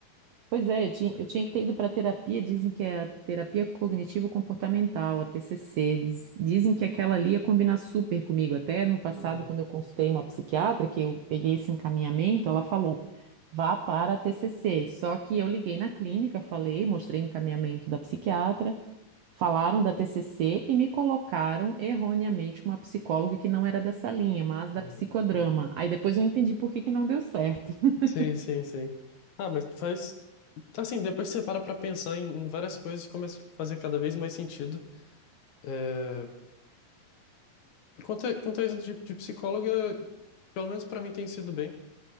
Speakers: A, on the right; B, on the left.
A: Pois é, eu tinha, eu tinha que ter ido para terapia. Dizem que é a terapia cognitivo-comportamental, a TCC. Diz- dizem que aquela ali ia combinar super comigo. Até no passado,
B: Uhum,
A: quando eu consultei uma psiquiatra, que eu peguei esse encaminhamento, ela falou: vá para a TCC. Só que eu liguei na clínica, falei, mostrei o encaminhamento da psiquiatra. Falaram da TCC e me colocaram erroneamente uma psicóloga que não era dessa linha, mas da
B: uhum.
A: psicodrama. Aí depois eu entendi por que que não deu certo. <laughs>
B: Sim, sim, sim. Ah, mas faz. Assim, depois você para pra pensar em, em várias coisas, e começa a fazer cada vez mais sentido. É... Quanto a, quanto a isso de, de psicóloga, pelo menos pra mim tem sido bem.